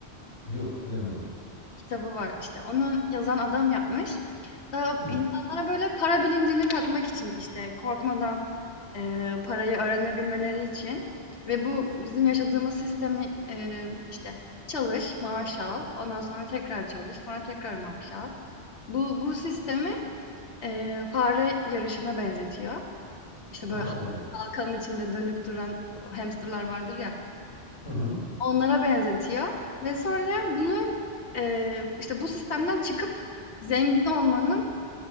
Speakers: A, on the left; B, on the left.
A: Yok bilemedim.
B: kitabı var. işte onun yazan adam yapmış. Daha
A: Hmm.
B: insanlara böyle para bilincini katmak için işte korkmadan eee, parayı öğrenebilmeleri için ve bu bizim yaşadığımız sistemi eee, işte çalış, maaş al, ondan sonra tekrar çalış, sonra tekrar maaş al. Bu bu sistemi eee, fare yarışına benzetiyor. İşte böyle
A: Allah Allah.
B: Bakanın içinde dönüp duran o hamsterlar vardır ya,
A: Hı hı.
B: onlara benzetiyor ve sonra bunu, eee, işte, bu sistemden çıkıp zengin olmanın